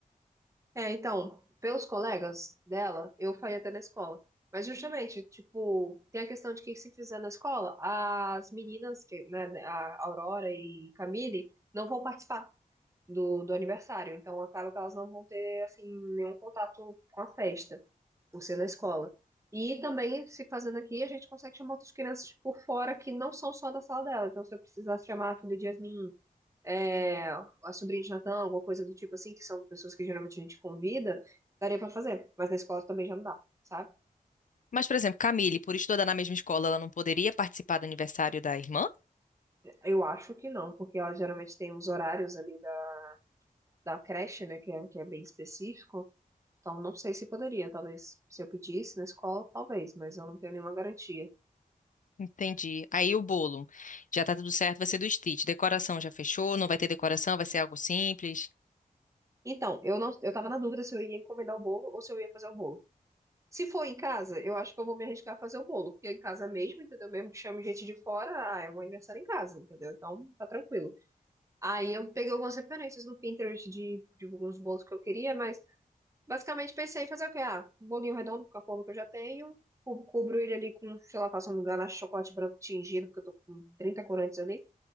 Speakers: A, on the right; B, on the left.
A: É, então, pelos colegas dela, eu faria até na escola. Mas justamente, tipo, tem a questão de que se fizer na escola, as meninas, que, né, a Aurora e Camille, não vão participar. do, do aniversário. Então acaba que elas não vão ter assim nenhum contato com a festa, por ser na escola. E também, se fazendo aqui, a gente consegue chamar outras crianças por fora que não são só da sala dela. Então, se eu precisasse chamar a filha de Yasmin, é, a sobrinha de Natan, alguma coisa do tipo assim, que são pessoas que geralmente a gente convida, daria pra fazer. Mas na escola também já não dá, sabe?
B: Mas, por exemplo, Camille, por estudar na mesma escola, ela não poderia participar do aniversário da irmã?
A: Eu acho que não, porque ela geralmente tem uns horários ali da, da creche, né, que é, que é bem específico. Então, não sei se poderia, talvez, se eu pedisse na escola, talvez, mas eu não tenho nenhuma garantia.
B: Entendi. Aí o bolo, já tá tudo certo, vai ser do Stitch. Decoração já fechou, não vai ter decoração, vai ser algo simples.
A: Então, eu não, eu tava na dúvida se eu ia encomendar o bolo ou se eu ia fazer o bolo. Se for em casa, eu acho que eu vou me arriscar a fazer o bolo, porque é em casa mesmo, entendeu? Mesmo que chame gente de fora, ah, é um aniversário em casa, entendeu? Então, tá tranquilo. Aí eu peguei algumas referências no Pinterest de, de alguns bolos que eu queria, mas basicamente pensei em fazer o quê? Ah, um bolinho redondo com a forma que eu já tenho, cu- cubro ele ali com, sei lá, faço um ganache de chocolate branco tingido, porque eu tô com 30 corantes ali.